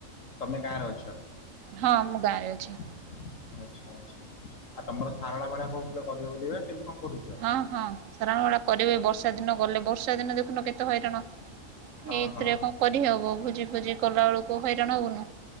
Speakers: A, on the left; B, on the right.
A: ତମେ ଗାଁରେ ଅଛ
B: ହଁ ମୁଁ ଗାଁ ରେ ଅଛି।
A: ଆଚ୍ଛା ଆଚ୍ଛା। ଆଉ ତମର ସାରଳା ବେଳା କହୁଥିଲ କରିବେ ବୋଲିପା କେବେ କଣ କରୁଛ?
B: ହଁ ହଁ ସାରଣ ବେଡ କରିବେ ବର୍ଷା ଦିନ ଗଲେ ବର୍ଷା ଦିନ ଦେଖୁନ କେତେ ହଇରାଣ।
A: ହଁ
B: ଏଇଥିରେ
A: ହଁ
B: କଁ କରିହବ ଭୋଜି ଭୋଜି କଲା ବେଳକୁ ହଇରାଣ ହବୁନୁ।